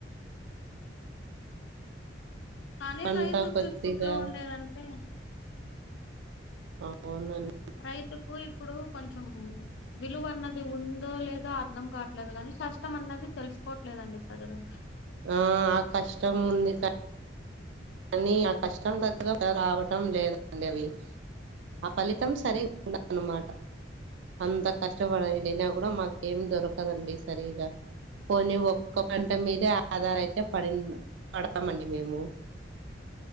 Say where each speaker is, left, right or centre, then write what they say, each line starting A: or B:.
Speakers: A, on the left; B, on the right.
A: కానీ
B: పంట
A: రైతుకు
B: కొద్దిగా
A: ఇప్పుట్లో ఉండేదంటే
B: అవునండి
A: రైతుకు ఇప్పుడు కొంచెం విలువ అన్నది ఉందో లేదో అర్థం కావట్లేదు గానీ కష్టం అన్నది తెలుసుకోవట్లేదండి ప్రజలు
B: ఆ ఆ కష్టం ఉంది కానీ ఆ కష్టం దగ్గర రావటం లేదండి అవి ఆ ఫలితం సరిగఉండదన్నమాట అంత కష్టం ఇష్టపడియినా కూడా మాక ఏం దొరకదండి సరిగా పోని ఒక్క గంట మీదే ఆధార్ అయితే పడిండు పడదామండి మేము